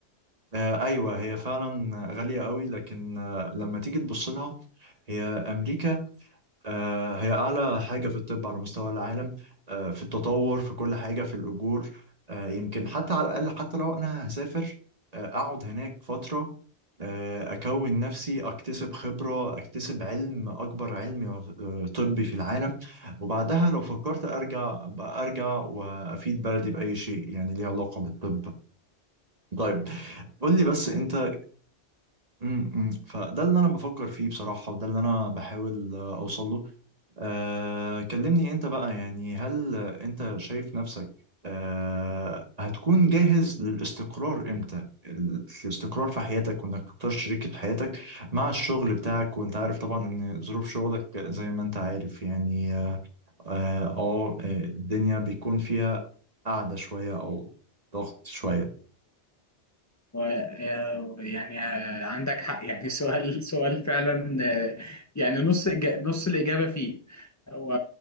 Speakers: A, on the right (about 35°); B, on the left (about 25°).
A: آه، ايوه هي فعلا غالية قوي لكن آه، لما تيجي تبص لها هي امريكا آه، هي أعلى حاجة في الطب على مستوى العالم آه، في التطور في كل حاجة في الأجور آه، يمكن حتى على الأقل حتى لو أنا هسافر آه، أقعد هناك فترة آه، أكون نفسي أكتسب خبرة أكتسب علم أكبر علم آه، طبي في العالم وبعدها لو فكرت أرجع أبقى أرجع وأفيد بلدي بأي شيء يعني ليه علاقة بالطب طيب قول لي بس أنت م- م- فده اللي أنا بفكر فيه بصراحة وده اللي أنا بحاول أوصله آه، كلمني انت بقى يعني هل انت شايف نفسك آه، هتكون جاهز للاستقرار امتى ال- الاستقرار في حياتك وانك تختار شريكة حياتك مع الشغل بتاعك وانت عارف طبعا ان ظروف شغلك زي ما انت عارف يعني اه آه، الدنيا بيكون فيها قعدة شوية او ضغط شوية
B: و- يعني عندك حق يعني سؤال سؤال فعلا آه، يعني نص إجا- نص الإجابة فيه هو